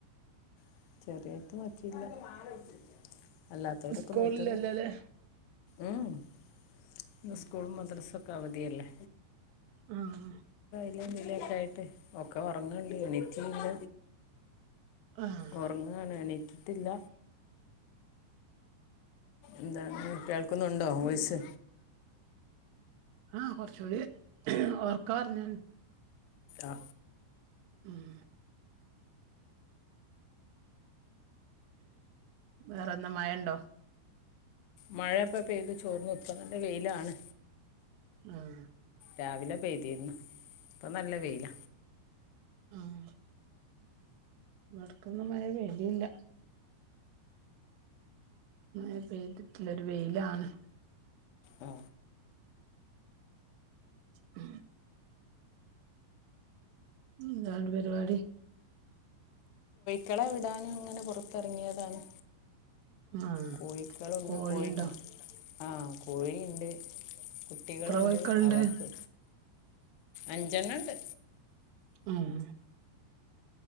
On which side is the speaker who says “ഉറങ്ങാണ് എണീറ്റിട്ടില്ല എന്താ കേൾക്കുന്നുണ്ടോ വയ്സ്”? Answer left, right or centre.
Left